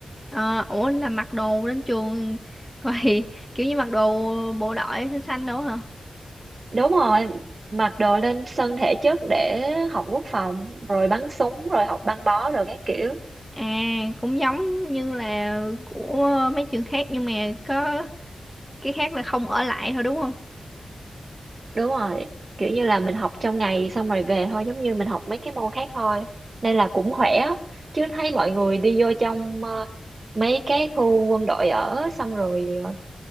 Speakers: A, in the centre; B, on the right (about 35°).
A: à, ủa là mặc đồ đến trường vậy <laughs> kiểu như mặc đồ bộ đội xanh xanh đâu hả
B: đúng rồi mặc đồ lên sân thể chất để học quốc phòng rồi bắn súng rồi học băng bó rồi các kiểu
A: à cũng giống như là của mấy trường khác nhưng mà có cái khác là không ở lại thôi đúng không
B: Đúng rồi, kiểu như là mình học trong ngày xong rồi về thôi, giống như mình học mấy cái môn khác thôi. Nên là cũng khỏe, á. chứ thấy mọi người đi vô trong ờ, mấy cái khu quân đội ở xong rồi ờ,